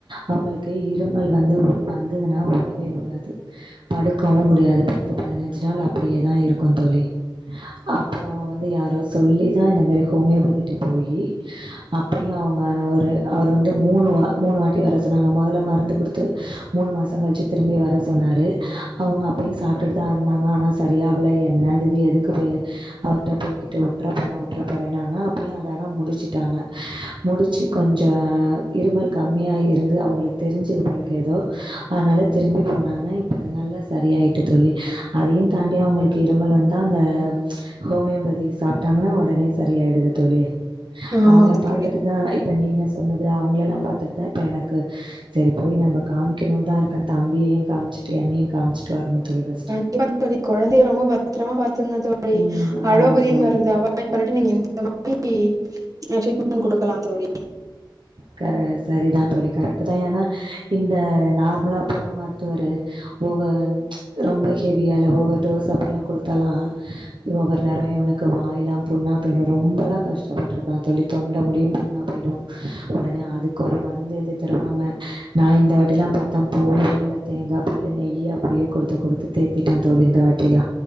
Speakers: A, on the right; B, on the right.
A: அவங்களுக்கு இருமல் வந்து வந்ததுன்னா உடவே உடாது படுக்கவு முடியாது பத்து பதினஞ்சு நாள் அப்டியேதா இருக்கு தோழி அப்புறோ வந்து யாரோ சொல்லிதா இந்த மாரி ஹோமியோபதிட்ட போயி அப்பயும் அவுங்க ஒரு அவர் வந்து மூணு வா மூணு வாட்டி வர சொன்னாங்க மொதல்ல மருந்து கொடுத்து மூணு மாசோ கழிச்சு திரும்பி வர சொன்னாரு அவுங்க அப்பயு சாப்ட்டுட்டு தா இருந்தாங்க ஆனா சரியாவுல என்னது இது எதுக்கு போய் அவர்ட்ட போய்கிட்டு விட்ற போறே விட்ற போறேன்னாங்க அப்பயு அதெல்லா முடிச்சுட்டாங்க முடிச்சு கொஞ்சோ இருமல் கம்மியா இருந்து அவங்ளுக்கு தெரிஞ்சது போலருக்கு ஏதோ அனால்ல திரும்பி போனாங்க இப்ப அது நல்லா சரியாயிட்டு தோழி அதையும் தாண்டி அவங்களுக்கு இருமல் வந்தா அந்த ஹோமியோபதி சாப்ட்டாங்கன்னா உடனே சரியாயிடுது தோழி
B: ஆமாங்
A: அவுங்கள பாத்துட்டுதா
B: தோழி
A: இப் இப்ப நீங்க சொன்னது அவங்களெல்லா பாத்துட்டு தா இப்ப எனக்கு சரி போய் நம்ம காமிக்கணுன் தா இருக்க தம்பியையு காம் சுட்டு என்னையு காமிச்சுட்டு வரணு தோழி ஃபஸ்ட்டு
B: <inaudible> தோழி கொழந்தைய ரொம்ப பத்ரமா பாத்துகங்க தோழி
A: ம்
B: அலோபதி
A: ஆமா தோழி.
B: மருந்த அவாய்ட் அவாய்ட் பண்ணிட்டு நீங்க இந்த மாரி ட்ரீட்மெண்ட் குடுக்கலா தோழி
A: கரெ சரிதா தோழி கரெக்ட் தா ஏனா இந்த நார்மலா போற மருத்துவரு ஒவ ரொம்ப ஹெவியால ஓவர் டோஸ் அப்பிட்லா குடுத்தாலா ஒவ்வொரு நேரம் இவனுக்கு வாய்லா புண்ணா போய்டு ரொம்பலா கஷ்டப்பட்டுருக்கா தோழி தொண்ட முடியு புண்ணா போய்டோ உடனே அதுக்கு ஒரு மருந்து எழுதி தருவாங்க நா இந்த வாட்டிலா பாத்தா போவே இல்ல தேங்கா பாலு நெய்யு அப்டியே குடுத்து குடுத்து தேத்திட்டே தோழி இந்த வாட்டிலா